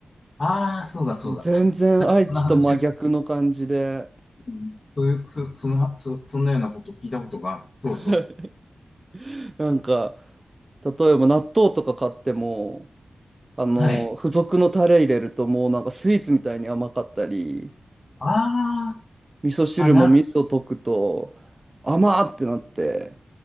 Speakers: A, on the left; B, on the right.
A: ああ、そうだ、そうだ。
B: もう全然愛知と真逆の感じで、
A: なんか、その話を、うんそういう、そ、その、そ、そんなようなこと聞いたことがある。そう、そうだ。
B: <laughs> なんか例えば納豆とか買っても、あの付属のタレ入れるともうなんかスイーツみたいに甘かったり、
A: はい。あ
B: 味噌汁も味噌溶くと甘ーってなって。
A: あ、あ、なる、